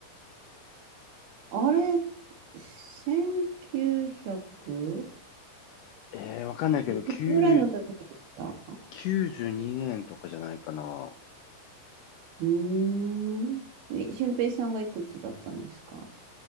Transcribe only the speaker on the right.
あれ、1900
いくつぐらいの時でした
うーん。え俊平さんがいくつだったんですか